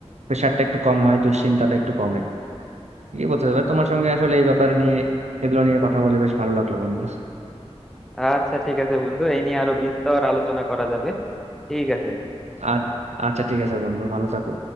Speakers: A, on the right (about 80°); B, in the centre.
A: প্রেশারটা একটু কম হয় দুশ্চিন্তাটা একটু কমে এই বলতে হবে তোমার সঙ্গে আসলে এই ব্যাপারে নিয়ে এগুলো নিয়ে কথা বলে বেশ ভালো লাগলো বন্ধু
B: আচ্ছা ঠিক আছে বন্ধু এই নিয়ে আরো বিস্তর আলোচনা করা যাবে ঠিক আছে
A: আর আচ্ছা ঠিক আছে বন্ধু ভালো থাকো